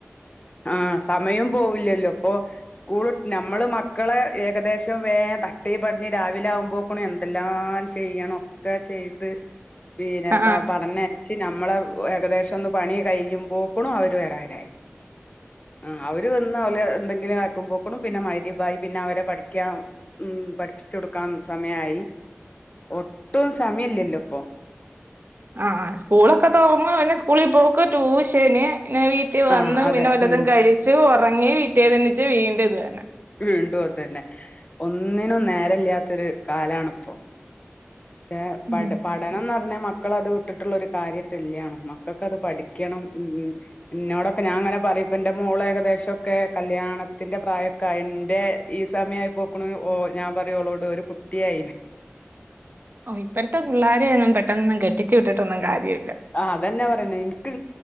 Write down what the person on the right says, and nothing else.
ആ
ആഹ് സ്കൂളൊക്കെ തോറന്ന് പിന്നെ സ്കൂളിൽ പോക്ക് ട്യൂഷന് പിന്നെ വീട്ട റട്ടി വന്ന്
പിന്നെ വല്ലതും
കഴിച്ച് ഒറങ്ങി വിറ്റെനെണീച്ചിട് വീണ്ട ഇത് തന്നെ
ഉം
ഓ ഇപ്പഴത്തെ പുള്ളോരെയ ഒന്നും പെട്ടൊന്നും കെട്ടിച്ചു വിട്ടിട്ടൊന്നും കാര്യല്ല